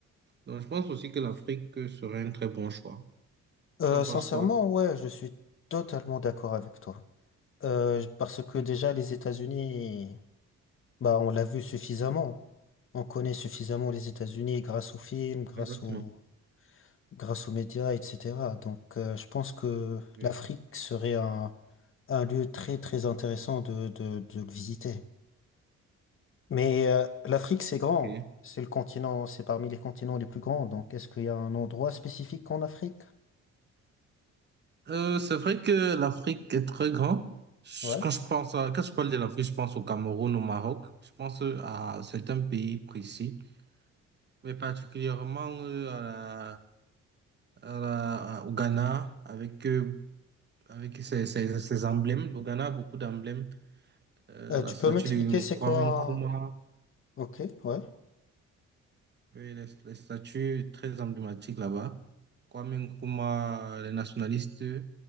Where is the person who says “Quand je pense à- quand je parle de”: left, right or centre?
Right